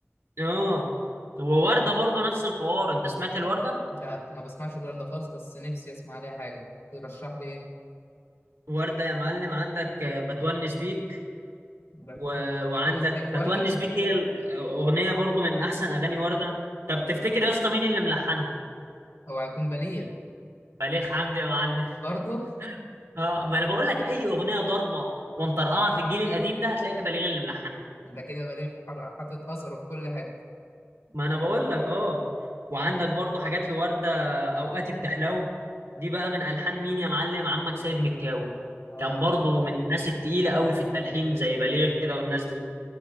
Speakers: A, on the right; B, on the left.
A: اه ووردة برضو نفس الحوار انت سمعت الوردة
B: لا ما بسمعش الورده خالص بس نفسي اسمع عليها حاجه ترشح لي ايه
A: وردة يا معلم عندك آه، بتونس بيك
B: بتوين
A: و... وعندك
B: ده كان سبيك
A: بتونس
B: ورده
A: بيك هي الأغنية برضو من أحسن أغاني وردة طب تفتكر يا اسطى مين اللي ملحنها؟
B: او هيكون بليغ
A: بليغ حمدي يا معلم <laughs>
B: برضه
A: اه ما أنا بقول لك أي أغنية ضربة ومطرقعة في الجيل القديم ده هتلاقي بليغ اللي ملحنها
B: <laughs> ده كده بليغ حر- حاطط اثره في كل حته
A: ما أنا بقول لك اه وعندك برضو حاجات لوردة أوقاتي بتحلو دي بقى من ألحان مين يا معلم عمك سيد مكاوي
B: اه
A: كان برضو من الناس التقيلة قوي في التلحين زي بليغ كده والناس دي